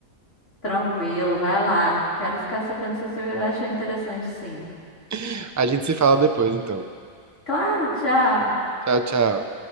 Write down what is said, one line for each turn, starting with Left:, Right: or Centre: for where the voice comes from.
Left: Tranquilo, vai lá. Quero ficar sabendo se você achou interessante, sim.
Right: <laughs> A gente se fala depois, então.
Left: Claro, tchau.
Right: Tchau, tchau.